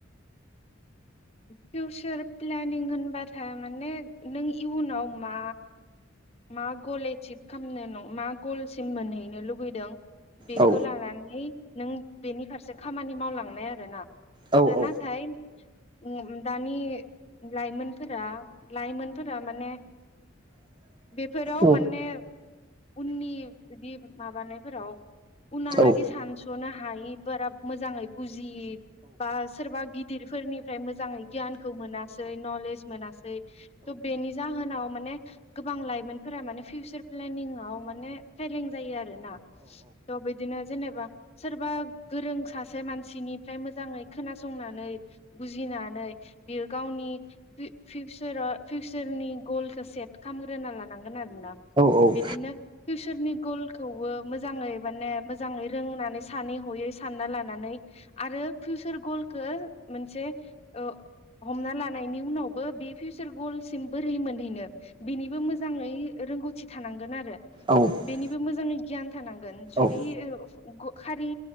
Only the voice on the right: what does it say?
औ
औ
औ
औ
औ
औ
औ औ
औ